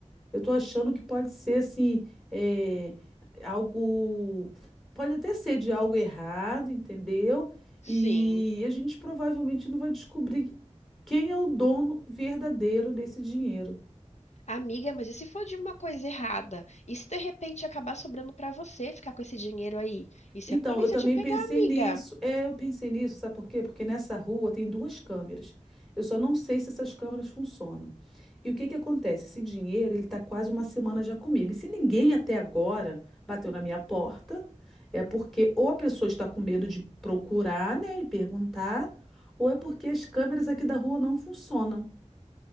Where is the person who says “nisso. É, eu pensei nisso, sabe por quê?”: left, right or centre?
Centre